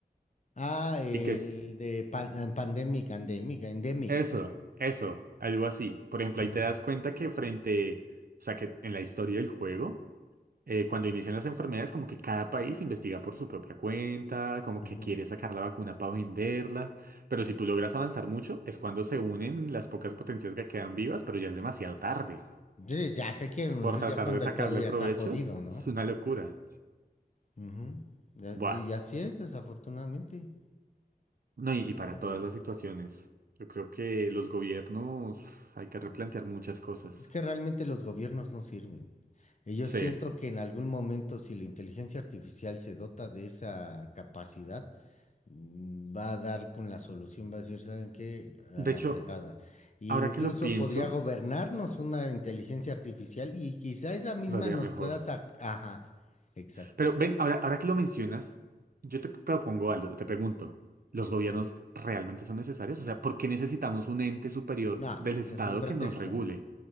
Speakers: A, on the left (about 45°); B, on the right (about 65°).
A: Ah, el
B: Y que es
A: de pan- eh, pandemic, endemic, endemic.
B: eso, eso, algo así. Por ejemplo,
A: Ujú,
B: ahí te das cuenta que frente, o sea, que en la historia del juego, eh, cuando inician las enfermedades, como que cada país investiga por su propia cuenta, como
A: ujú.
B: que quiere sacar la vacuna para venderla. Pero si tú logras avanzar mucho, es cuando se unen las pocas potencias que quedan vivas, pero ya es demasiado tarde.
A: Sí, ya se quieren unir
B: Por tratar
A: ya cuando
B: de sacarle
A: el pedo ya
B: provecho,
A: está jodido, ¿no?
B: es una locura.
A: Ujú. Ya-
B: Buah.
A: Y, y así es, desafortunadamente.
B: No, y, y para
A: Entonces,
B: todas las situaciones. Yo creo que los gobiernos uf, hay que replantear muchas cosas.
A: es que realmente los gobiernos no sirven. Y yo
B: Sí.
A: siento que en algún momento, si la inteligencia artificial se dota de esa capacidad, mm, va a dar con la solución, va a decir, ¿saben qué? A
B: De
A: la
B: hecho,
A: fregada. E
B: ahora
A: incluso
B: que lo pienso,
A: podría gobernarnos una inteligencia artificial y quizá esa misma
B: lo haría
A: nos
B: mejor.
A: pueda sacar. Ajá, exacto.
B: Pero ven, ahora, ahora que lo mencionas, yo te propongo algo, te pregunto, ¿los
A: Ujú.
B: gobiernos realmente son necesarios? O sea, ¿por qué necesitamos un ente superior
A: No,
B: del Estado
A: es un pretexto.
B: que nos regule?